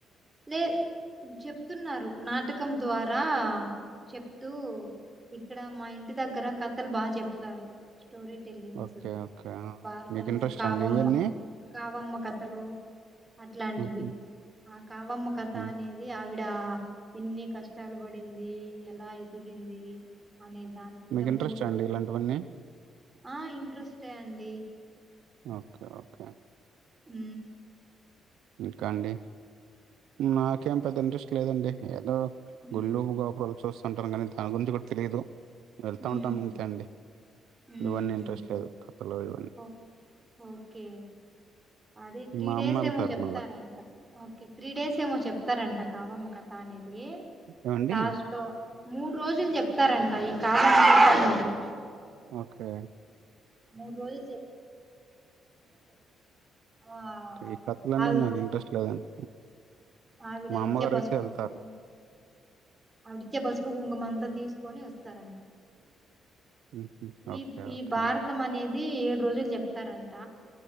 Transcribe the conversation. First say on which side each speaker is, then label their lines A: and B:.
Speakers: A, on the right; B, on the right.
A: లే చెప్తున్నారు నాటకం ద్వారా చెప్తూ ఇక్కడ మా ఇంటి దగ్గర కథలు బాగా చెప్తారు స్టోరీ టెల్లింగ్స్
B: ఓకే ఓకే
A: భారతము
B: మీకు ఇంట్రెస్ట్
A: కావమ్మ
B: అండి వన్న
A: కావమ్మ కథలు అట్లాంటివి
B: ఉహు
A: ఆ కావమ్మ కథ
B: ఉ
A: అనేది ఆవిడ ఇన్ని కష్టాలు బడింది ఎలా ఎదిగింది అనే దాని మీద
B: మీకు ఇంట్రెస్ట్
A: మూడు
B: అండి
A: రోజులు
B: ఇలాంటివన్నీ
A: ఆ ఇంట్రెస్టే అండి
B: ఓకే ఓకే
A: ఉ
B: ఇంకా అండి నాకేం పెద్ద ఇంట్రెస్ట్ లేదండి ఏదో
A: మ్మ్
B: గుడ్లు గోపురాలు చూ ంటాారు కానీ దాని గురించి కూడా తెలియదు వెళ్తా
A: మ్మ్
B: ఉంటాను ఇంతే అండి
A: మ్మ్
B: ఇవన్నీ ఇంట్రెస్ట్ లేదు కథలో ఇ
A: ఓ ఓకే అదే త్రీ
B: మా
A: డేస్
B: అమ్మ వెళ్తారు
A: ఏమో చెప్తారంట
B: మళ్ళా
A: ఓకే త్రీ డేస్ ఏమో చెప్త ఇస్తారంట కావాఅమ్మ కథ అనే సీ
B: ఏమండి
A: లాస్ట్లో మూడు రోజులు చెప్తారంట ఈ కాకమ్మ కథలనేటి
B: ఓకే
A: మూడు రోజుల్ ఆ
B: ఈ కథలనేది
A: ఆవి
B: నాక్ ఇంట్రెస్ట్ లేదండి
A: ఆవిడ
B: మా
A: ఇచ్చే
B: అమ్మగారైతే
A: పసుపు
B: ఎళ్తారు.
A: కుంకుమలు ఆవిడిచ్చే పసుపు కుంకుమ అంతా తీసుకొని వస్తారంట
B: హుహు.
A: ఈ
B: ఓకే.
A: ఈ
B: ఓకే
A: భారతం
B: అండి.
A: అనేద్ ది ఏడు రోజులు చెప్తారంట